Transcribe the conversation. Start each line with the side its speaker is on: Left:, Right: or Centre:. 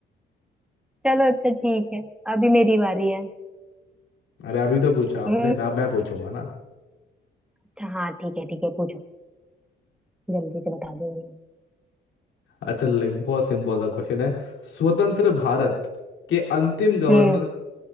Centre: चलो अच्छा ठीक है अभी मेरी बारी है
Left: अरे अभी तो पूछा आपने
Centre: हम्म,
Left: मैं मैं पूछूंगा ना
Centre: अच्छा हाँ ठीक है ठीक है पूछो जल्दी से बता दूंगी
Left: अच्छा लाइक बहुत सिंपल सा क्वेश्चन है स्वतंत्र भारत के अंतिम गवर्नर
Centre: हम्म